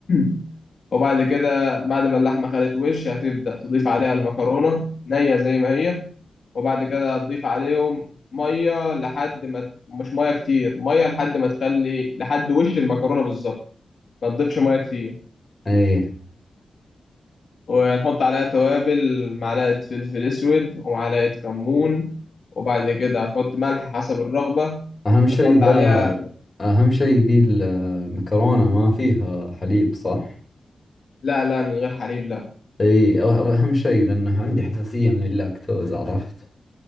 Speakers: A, on the left; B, on the left.
A: <clears throat> وبعد كده بعد ما اللحمة خدت وش هتبدأ تضيف عليها المكرونة نية زي ما هي وبعد كده هتضيف عليهم مية لحد ما ت- مش مية كتير مية لحد ما تخلي لحد وش المكرونة بالظبط ما تضيفش مية كتير
B: ايه
A: وهنحط عليها توابل معلقة فلفل أسود ومعلقة كمون وبعد كده هتحط ملح حسب الرغبة
B: اهم شيء
A: هتحط
B: حلو
A: عليها
B: ذا اهم شيء ذي المكرونة ما فيها حليب صح؟
A: لا لا من غير حليب لا
B: اي اهم شيء لانه عندي حساسية من اللاكتوز عرفت؟